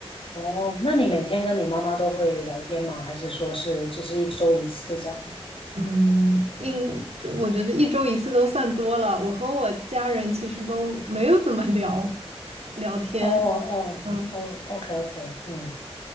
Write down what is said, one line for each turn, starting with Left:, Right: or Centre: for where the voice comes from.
Left: 哦，那你每天跟你妈妈都会聊天吗？还是说是只是一周一次这样？
Right: 嗯，应，我觉得一周一次都算多了。我和我家人其实都没有怎么聊聊天。
Left: 哦哦哦，OK
Right: 嗯
Left: OK，嗯，